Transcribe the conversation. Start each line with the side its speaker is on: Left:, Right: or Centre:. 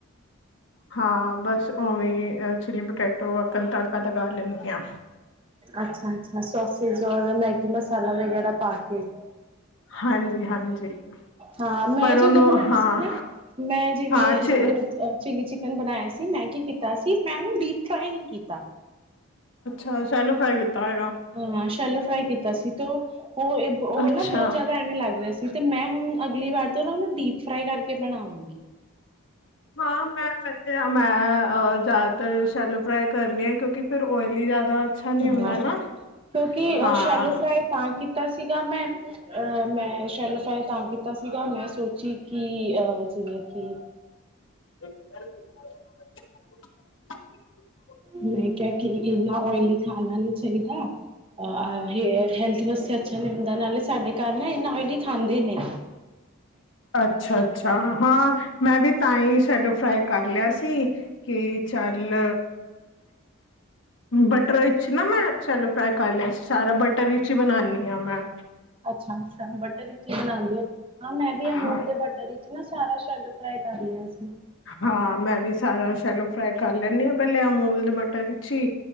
Left: ਹਾਂ ਬਸ ਉਵੇਂ ਚਿੱਲੀ ਪਟੈਟੋ ਵੱਕਣ ਤੜਕਾ ਲਗਾ ਲੈਂਣੀ ਆਂ।
Right: ਅੱਛਾ-ਅੱਛਾ ਸੋਸਿਸ ਔਰ ਮੈਗੀ ਮਸਾਲਾ ਵਗੈਰਾ ਪਾ ਕੇ
Left: ਹਾਂਜੀ ਹਾਂਜੀ
Right: ਹਾਂ ਮੈਂ
Left: ਪਰ
Right: ਜਦੋਂ
Left: ਉਹਨੂੰ
Right: ਬਣਾਏ
Left: ਹਾਂ
Right: ਸੀ ਨਾ ਮੈਂ ਜਿਵੇਂ
Left: ਹਾਂ ਚ
Right: ਜਦੋਂ ਅ ਚਿੱਲੀ ਚਿੱਕਨ ਬਣਾਇਆ ਸੀ ਮੈਂ ਕੀ ਕੀਤਾ ਸੀ ਮੈਂ ਉਹਨੂੰ ਡੀਪ ਫਰਾਈ ਨਈ ਕੀਤਾ।
Left: ਹਾ ਸ਼ੈਲੋ ਫਰਾਈ ਕੀਤਾ। ਹੋਏਗਾ
Right: ਹਾਂ ਸ਼ੈਲੋ ਫਰਾਈ ਕੀਤਾ ਸੀ ਤੇ ਓ- ਓ
Left: ਅੱਛਾ
Right: ਨਾ ਬੋਤ ਜਾਦਾ ਐਵੇਂ ਲੱਗ ਰਿਆ ਸੀ। ਤੇ ਮੈਂ ਹੁਣ ਅਗਲੀ ਵਾਰ ਤੋਂ ਨਾ ਉਹਨੂੰ ਡੀਪ ਫਰਾਈ ਕਰਕੇ ਬਣਾਵਾਂਗੀ।
Left: ਹਾਂ ਮੈਂ ਵੈਸੇ ਮੈਂ ਆ ਜਾਦਾਤਰ ਸ਼ੈਲੋ ਫਰਾਈ ਕਰਨੀ ਆ ਕਿਉਂਕਿ ਫਿਰ ਔਇਲੀ ਹੀ ਜਾਦਾ ਅੱਛਾ ਨਈ ਹੁੰਦਾ
Right: ਹਾਂ।
Left: ਨਾ
Right: ਕਿਉਂਕਿ
Left: ਹਾਂ।
Right: ਸ਼ੈਲੋ ਫਰਾਈ ਤਾਂ ਕੀਤਾ ਸੀਗਾ ਮੈਂ ਅਹ ਮੈਂ ਸ਼ੈਲੋ ਫਰਾਈ ਤਾਂ ਕੀਤ ਕੀਤਾ ਸੀਗਾ ਮੈਂ ਸੋਚੀ ਕਿ ਅਹ ਜਿਵੇਂ ਕੀ
Left: <inaudible>
Right: ਮੈਂ ਕਿਆ ਕਿ ਇੰਨਾ ਓਇਲੀ ਖਾਣਾ ਨਈ ਚਾਹੀਦਾ ਅ ਹੇਅਰ। ਹੈਲਥ ਵਾਸਤੇ ਅੱਛਾ ਨਈ ਹੁੰਦਾ ਨਾਲੇ ਸਾਡੇ ਘਰ ਨਾ ਇੰਨਾ ਉਇਲੀ ਖਾਂਦੇ ਨਈ
Left: ਅੱਛਾ-ਅੱਛਾ ਹਾਂ ਮੈਂ ਵੀ ਤਾਂ ਹੀ ਸੈਲੋ ਫਰਾਈ ਕਰ ਲਿਆ ਸੀ। ਕਿ ਚੱਲ ਬਟਰ ਚ' ਈ ਨਾ ਮੈਂ ਸੈਲੋ ਫਰਾਈ ਕਰ ਲੈ ਸੀ ਸਾਰਾ ਬਟਰ 'ਚ ਹੀ ਬਣਾਣੀ ਆਂ ਮੈਂ
Right: ਅੱਛਾ-ਅੱਛਾ ਬਟਰ 'ਚ ਬਣਾਂਦੇ ਓ ਹਾਂ ਮੈਂ ਵੀ ਅਮੂਲ
Left: ਹਾਂ
Right: ਦੇ ਬ ਰ'ਚ ਨਾ ਸਾਰਾ ਸੈਲੂ ਫਰਾਈ ਕਰ ਲਿਆ ਸੀ।
Left: ਹਾਂ ਮੈਂ ਵੀ ਸਾਰਾ ਸ਼ੈਲੋ ਫਰਾਈ ਕਰ ਲੈਣੀ ਹਾਂ ਪੈਲੇ ਅਮੂਲ ਦੇ ਬਟਰ 'ਚ ਈ।